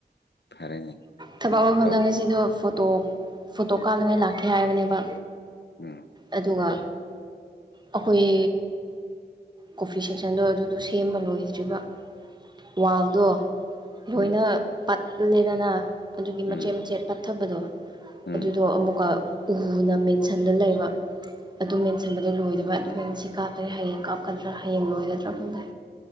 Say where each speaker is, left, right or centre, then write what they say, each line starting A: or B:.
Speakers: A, on the left; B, on the right.
A: ꯐꯔꯦꯅꯦ
B: ꯊꯕꯛ ꯃꯐꯝꯗ
A: ꯕꯥ
B: ꯉꯁꯤꯗꯣ ꯐꯣꯇꯣ ꯐꯣꯇꯣ ꯀꯥꯞꯅꯤꯡꯉꯥꯏ ꯂꯥꯛꯀꯦ ꯍꯥꯏꯕꯅꯦꯕ
A: ꯎꯝ
B: ꯑꯗꯨꯒ ꯑꯩꯈꯣꯏ ꯀꯣꯐꯤ ꯁꯦꯛꯁꯟꯗꯣ ꯑꯗꯨꯗꯣ ꯁꯦꯝꯕ ꯂꯣꯏꯗ꯭ꯔꯤꯕ ꯋꯥꯜꯗꯣ ꯂꯣꯏꯅ
A: ꯎꯝ
B: ꯄꯠꯂꯦꯗꯅ ꯑꯗꯨꯒꯤ ꯃꯆꯦꯠ
A: ꯎꯝ
B: ꯃꯆꯦꯠ ꯄꯠꯊꯕꯗꯣ
A: ꯎꯝ
B: ꯑꯗꯨꯗꯣ ꯑꯃꯨꯛꯀ ꯎꯅ ꯃꯦꯟꯁꯤꯜꯂ ꯂꯩꯕ ꯑꯗꯨ ꯃꯦꯟꯁꯤꯟꯕꯗꯣ ꯂꯣꯏꯗꯕ ꯑꯗꯨꯒꯤ ꯉꯁꯤ ꯀꯥꯞꯄꯦ ꯍꯌꯦꯡ ꯀꯥꯞꯀꯗ꯭ꯔꯥ ꯍꯌꯦꯡ ꯂꯣꯏꯒꯗ꯭ꯔꯥ ꯈꯪꯗ꯭ꯔꯦ